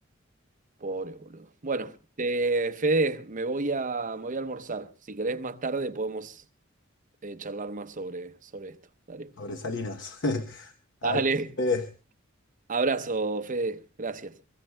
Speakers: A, on the right; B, on the left.
A: Pobre, boludo. Bueno, eh, Fede, me voy a, me voy a almorzar. Si querés más tarde podemos eh, charlar más sobre, sobre esto. Dale.
B: sobre Salinas. <laughs> Abrazo.
A: Dale. Abrazo, Fede. Gracias.